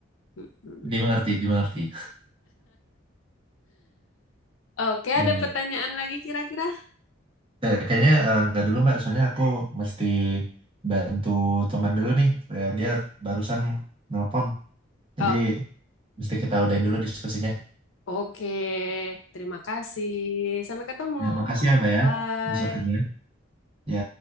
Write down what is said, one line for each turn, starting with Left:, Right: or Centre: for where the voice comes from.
Left: Mm-mm.
Right: Dimengerti, dimengerti.
Left: Oke,
Right: ya
Left: ada
Right: iya.
Left: pertanyaan lagi kira-kira?
Right: Kayak- kayaknya eh, nggak dulu, Mbak. Soalnya aku mesti bantu teman dulu nih. Ya, dia barusan nelpon. Jadi,
Left: Oh,
Right: mesti kita udahin dulu diskusinya.
Left: oke. Terima kasih. Sampai ketemu.
Right: Ya, makasih ya, Mbak ya.
Left: Bye.
Right: Besokannya. Ya.